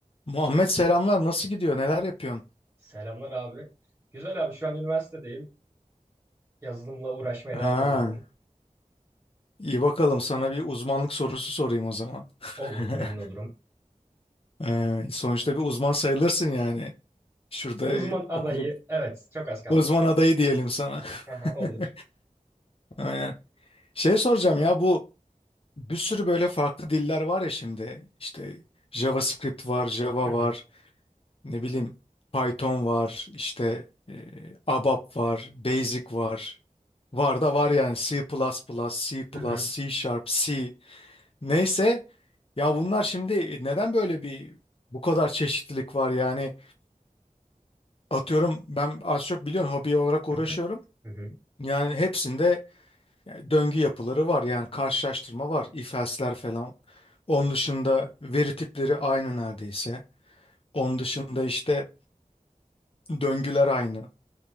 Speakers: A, on the left; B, on the right.
A: Muhammed selamlar. Nasıl gidiyor? Neler yapıyorsun?
B: Selamlar abi. Güzel abi şu an üniversitedeyim. Yazılımla uğraşmaya
A: Ha,
B: devam ediyorum.
A: iyi bakalım. Sana bir uzmanlık sorusu sorayım o zaman. <laughs>
B: Olur, memnun olurum.
A: Ee, sonuçta bir uzman sayılırsın yani. Şurada
B: E, uzman
A: e,
B: adayı,
A: okulda
B: evet çok az kaldı.
A: uzman adayı diyelim sana.
B: Aha,
A: <laughs>
B: olur.
A: Aynen. Şey soracağım ya bu bir sürü böyle farklı diller var ya şimdi. İşte JavaScript var, Java
B: Hı hı.
A: var, ne bileyim Python var, işte e, ABAP var, Basic var. Var da var yani C++, C++,
B: Hı hı.
A: C Sharp, C. Neyse ya bunlar şimdi neden böyle bir bu kadar çeşitlilik var yani atıyorum ben az çok biliyorsun hobi olarak uğraşıyorum.
B: Hı hı. Hı hı.
A: Yani hepsinde döngü yapıları var yani karşılaştırma var if else'ler falan. Onun dışında veri tipleri aynı neredeyse. Onun dışında işte döngüler aynı.